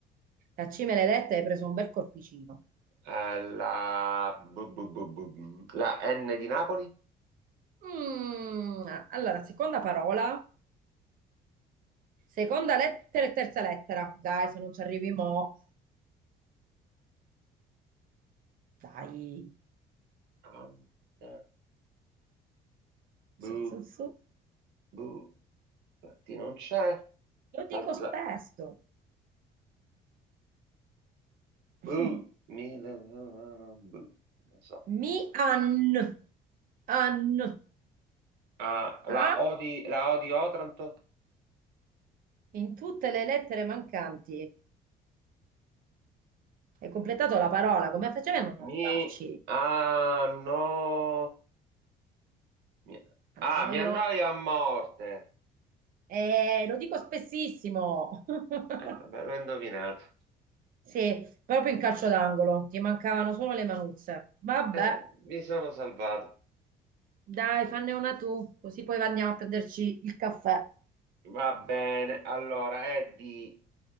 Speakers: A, on the right (about 55°); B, on the right (about 80°).
A: la C me l'hai detta e hai preso un bel corpicino.
B: Eh, la... bu- bu- bu- bu- bu- la N di Napoli.
A: Mm, allora, seconda parola Seconda lettera e terza lettera. Dai, se non ci arrivi mo, dai.
B: An- eh, bu-
A: Su, su, su.
B: bu- La T non c'è.
A: Lo dico
B: La,
A: spesso.
B: la-
A: <laughs>
B: bu- mi- la- la- la- bu- non so.
A: Mi an. An.
B: Ah,
A: A
B: la O di, la O di Otranto.
A: in tutte le lettere mancanti. Hai completato la parola. Come facevi a non
B: Mi...
A: arrivarci?
B: Ah, no. Mi-
A: Annoio.
B: ah, mi annoia a morte.
A: Eh, lo dico spessissimo. <laughs>
B: Eh, vabbè, l'ho indovinato.
A: Sì, proprio in calcio d'angolo. Ti mancavano solo le manuzze. Vabbè,
B: Eh, mi sono salvato.
A: dai, fanne una tu, così poi andiamo a prenderci il caffè.
B: Va bene, allora è di